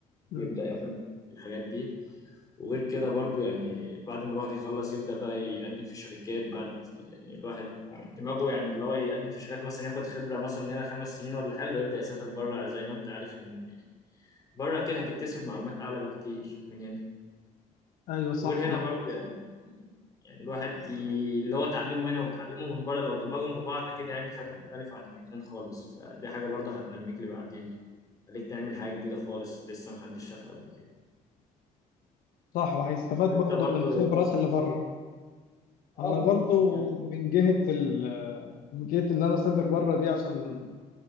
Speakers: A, on the left; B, on the left.
A: م.
B: ويبدأ ياخد الحاجات دي وغير كده برضه يعني بعد ما الواحد يخلص يبدأ بقى يقدم في شركات بعد يعني الواحد دماغه يعني اللي هو يقدم في شركات مثلا ياخد خبرة مثلا هنا خمس سنين ولا حاجة ويبدأ يسافر بره زي ما انت عارف ان بره كده هتكتسب معلومات أعلى بكتير من هنا
A: ايوه صح
B: وغير هنا
A: بقى
B: برضه يعني يعني الواحد ي- اللي هو اتعلمه هنا وتعلمه من بره لو دمجهم ببعض اكيد هيعمل حاجه مختلفه عن الاتنين خالص فدي حاجه برضه هتنميك لبعدين خليك تعمل حاجه جديده خالص لسه محدش شافها قبل كده
A: صح وهيستفاد
B: وانت
A: برضو
B: برضه
A: من خبرات
B: نفس التفكير
A: اللي بره
B: اه
A: انا
B: بالظبط
A: برضو
B: كده
A: من جهة ال من جهة ان انا اسافر بره دي عشان